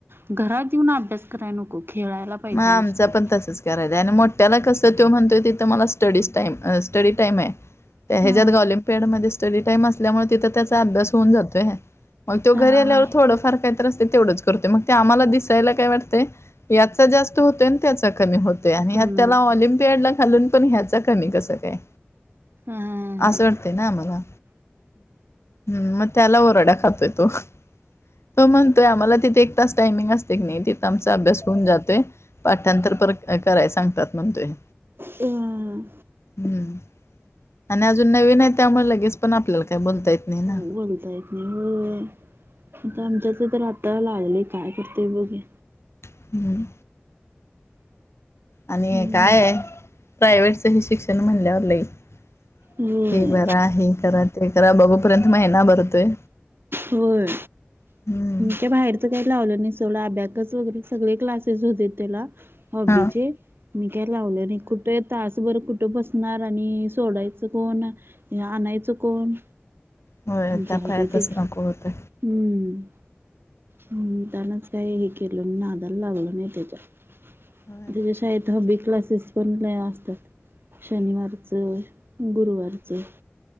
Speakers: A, on the right (about 60°); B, on the left (about 80°).
A: घरात येऊन अभ्यास करा नक खेळायला. पाहिजे
B: मग आमच
A: नुसते.
B: पण तसंच करायला आणि मोठ्याला कसं तो म्हणतोय तिथं. मला स्टडीज टाईम ह स्टडी टाईम आहे, त्या ह्याजात
A: हा
B: गं ऑलिंपियड मध्ये स्टडी टाईम असल्यामुळे तिथं त्याचा अभ्यास होऊन जातोय, मग तो
A: हा
B: घरी
A: हा
B: आल्यावर
A: हा.
B: थोडं फार काहीतर असतंय तेवढंच. आम्हाला दिसयला काय वाटतय याचा जास्त होत त्याचा कमीत ते आणि
A: कमी
B: ह्यात त्याला ऑलिम्पियाड ला घालून पण ह्याच. कमी कस काय
A: अ
B: असं वाटते ना आम्हाला हम्म मग त्याला ओरडा खातोय तो तो म्हणतोय आम्हाला तिथे एक तास टाइमिंग असते की नाही तिथ आमचा अभ्यास होऊन जातोय पाठांतर प कराय सांगतात म्हणतोय.
A: ह.
B: हम्म आणि अजून नवीन आहे त्यामुळे लगेच पण आपल्याला काय बोलता येत. नाही ना
A: आ बोलताय. हो
B: अजून
A: आमच्याच तर आता लागलंय काय करतोय बघुया.
B: हम्म आणि
A: हम्म.
B: काय आहे. प्रायवहेटच हे शिक्षण म्हणल्यावरलं लई ते
A: होय
B: भरा हे करा. ते करा बघेपर्यंत महिना भरतोय.
A: होय.
B: हम्म
A: ते बाहेरचं काही लावलं नाही सोडा अभ्याकच वगैरे सगळे क्लासेस होते त्याला हॉबीचे
B: हा
A: म काय लावले नाही आणि कुठे तासभर कुठं बसणार आणि सोडायचं कोण? हे आणायचं कोण
B: होय त्या
A: जाऊ
B: पायातच
A: दे ते हम्म.
B: नको होतं
A: हम्म त्यांनाच काही हे केलं नादाला लावलो नाही त्याच्या
B: होय.
A: शाळेत दहावी क्लासेस पण लई असतात शनिवारचं गुरुवारचं.